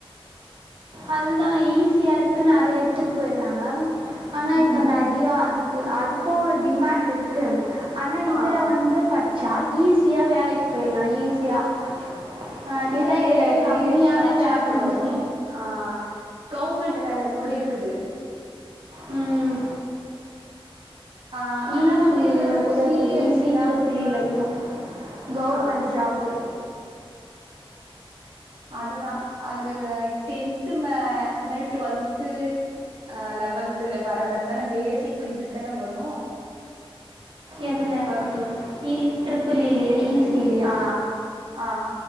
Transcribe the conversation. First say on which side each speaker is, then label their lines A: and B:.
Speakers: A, on the right; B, on the right.
A: அதுதா ஈஸியா இருக்குனு அத எட்த்துட்டு போயர்றாங்க ஆனா இப்ப
B: ம்
A: நெ றையா அதுக்கு அதுக்கு டிமேண்ட்ருக்கு ஆனா
B: ஆ
A: இதல வந்துப் பட்ச்சா ஈஸியா வேலைக் போயில்லா ஈஸியா அ
B: இல்ல
A: எனா இதல
B: ஏ ஐ
A: கம்மியான
B: டி எஸ் பட்ச்சா
A: வேக்கன்சி
B: கூடோ ஆ கவுர்மெண்ட்டு வேல கூட இருக்குது
A: ம்
B: ஆ ஆனா
A: ஈஸி
B: வந்து எல்லாரு
A: இவிங்க கூட
B: சி
A: இருக்கு
B: எஸ்
A: ஈசி
B: சி தா
A: ட்ரிப்பிள் ஈ ல கூடோ கவுர்மெண்ட்
B: ஆ
A: ஜாபு
B: அதுதா அதுல டென்த்து மே இந்த மேரி டுவெல்த்து அ லெவன்த்துல வர மேரித்தானே பேசிக் பிசிக்ஸ் தானே வரு
A: எதல
B: வரு தோழி
A: இ ட்ரிப்புள்
B: ஈஸி
A: ஈ லியா ஈ
B: ட்ரிப்
A: ஸி லியா
B: ஆ ஆ